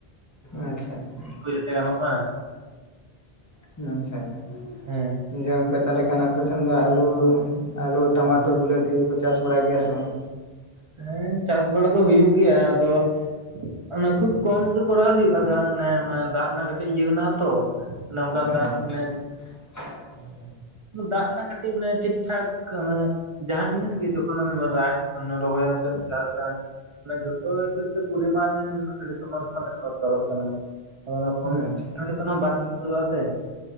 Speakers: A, on the left; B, on the right.
A: ᱟᱪᱪᱷᱟ ᱟᱪᱪᱷᱟ
B: ᱠᱚ <unintelligible> ᱜᱟᱱᱚᱜ ᱢᱟ᱾
A: <unintelligible>
B: ᱦᱮᱸ
A: ᱚᱝᱠᱟ ᱛᱟᱦᱚᱞᱮ ᱠᱷᱟᱱ ᱟᱯᱮ ᱥᱚᱱ ᱫᱚ ᱟᱞᱩ ᱟᱞᱩ ᱴᱟᱢᱟᱴᱳ ᱵᱚᱞᱟᱹᱛᱤ ᱴᱤ ᱠᱚ ᱪᱟᱥ ᱵᱟᱲᱟᱭ ᱜᱮᱭᱟ ᱥᱮ ᱵᱟᱝ?
B: ᱦᱮᱸ ᱪᱟᱥ ᱵᱟᱲᱟ ᱫᱚ ᱦᱩᱭᱩᱜ ᱜᱮᱭᱟ ᱟᱫᱚ ᱚᱱᱟ ᱠᱷᱩᱵ ᱠᱚᱢ ᱜᱮ ᱠᱚᱨᱟᱣ ᱦᱩᱭᱩᱜᱼᱟ᱾ ᱚᱱᱮ ᱫᱟᱜ ᱨᱮᱱᱟᱜ ᱠᱟᱹᱴᱤᱡ ᱤᱭᱟᱹ ᱢᱮᱱᱟᱜᱼᱟ ᱛᱚ᱾ ᱱᱚᱝᱠᱟ
A: ᱦᱮᱸ
B: ᱫᱟᱜ ᱚᱱᱮ
A: <inaudible>
B: ᱫᱟᱜ ᱱᱮ ᱠᱟᱹᱴᱤᱡ ᱚᱱᱮ ᱴᱷᱤᱠ ᱴᱷᱟᱠ ᱚᱱᱮ ᱡᱟᱦᱟᱸᱟᱱ ᱡᱤᱱᱤᱥ ᱜᱮ ᱡᱚᱠᱷᱚᱱᱮᱢ ᱨᱟᱭ ᱨᱚᱦᱚᱭᱟᱢ ᱥᱮᱢ ᱪᱟᱥᱟ ᱢᱟᱱᱮ ᱡᱷᱚᱛᱚ ᱦᱤᱥᱟᱹᱵ ᱛᱮ ᱯᱚᱨᱤᱢᱟᱱ ᱟᱹᱰᱤ ᱥᱚᱢᱟᱱ ᱥᱚᱢᱟᱱ ᱮᱢ ᱫᱚᱨᱠᱟᱨᱚᱜ ᱠᱟᱱᱟ᱾ ᱟᱫᱚ ᱚᱱᱟ
A: ᱟᱪᱪᱷᱟ
B: <unintelligible> ᱵᱟᱝ ᱦᱩᱭ ᱜᱚᱫᱚᱜᱼᱟ ᱥᱮ᱾